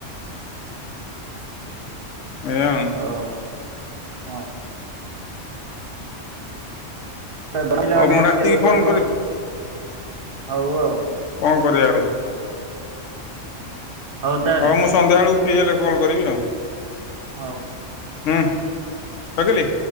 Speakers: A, on the left (about 75°); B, on the right (about 55°).
A: ଏୟା ଆଉ
B: ଓ ହଁ। ପିଲାମାନେ
A: ହଉ ମୁଁ
B: ଆସିବାକୁ
A: ରାତିକି
B: ପଡିବ
A: ଫୋନ୍ କରିବି
B: ଆଉ। ହଉ ଆଉ।
A: କଣ କରିବା ଆଉ
B: ହଉ ତାହେଲେ
A: ହଁ ମୁଁ ସନ୍ଧ୍ୟାବେଳକୁ ଫ୍ରୀ ହେଲେ କଲ୍ କରିବି ଆଉ।
B: ହଉ।
A: ହୁଁ ରଖିଲି।